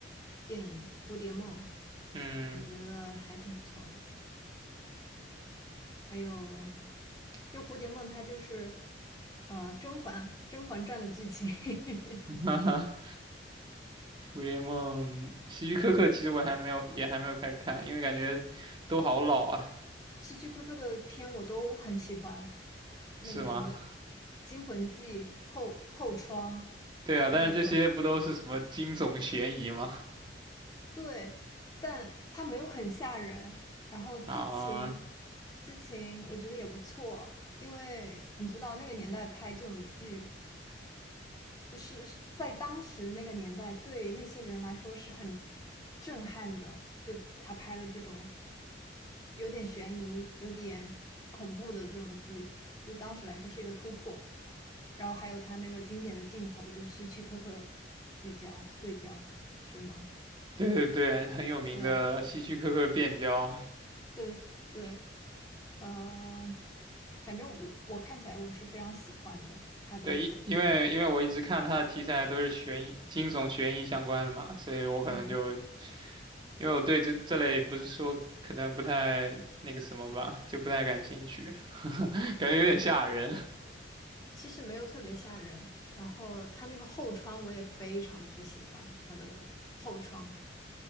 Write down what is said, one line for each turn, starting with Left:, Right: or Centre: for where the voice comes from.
Left: 电影《蝴蝶梦》，
Right: 嗯，
Left: 我觉得还挺不错的。还有，就《蝴蝶梦》，它就是呃《甄嬛甄嬛传》的剧情。<laughs>
Right: <laughs> 哈哈蝴蝶梦》，希区柯克其实我还没有，也还没有开始看，因为感觉都好老啊，
Left: 希区柯克的片我都很喜欢，那个什么
Right: 是吗？
Left: 《惊魂记》后后窗，
Right: <laughs> 对啊，
Left: 还有个
Right: 但是这些不都是什么惊悚悬疑吗？
Left: 对，但它没有很吓人，然后剧情
Right: 啊，
Left: 剧情我觉得也不错，因为你知道那个年代拍这种剧。是是在当时那个年代，对那些人来说是很震撼的。就他拍了这种有点悬疑、有点恐怖的这种剧，对当时来说是一个突破。然后还有他那个经典的镜头，就希区柯克聚焦对焦，是吗？
Right: 对对对，很有名的希区柯克变焦。
Left: 对对对，呃，反正我我看起来我是非常喜欢的他的几部电影，
Right: 对，因因为因为我一直看他的题材都是悬疑、惊悚、悬疑相关的嘛，所以我可能就
Left: 嗯。
Right: 因为我对这这类不是说可能不太那个什么吧，就不太感兴趣，<laughs> 感觉有点吓人。
Left: 其实没有特别吓人。然后他那个后窗我也非常之喜欢他的后窗，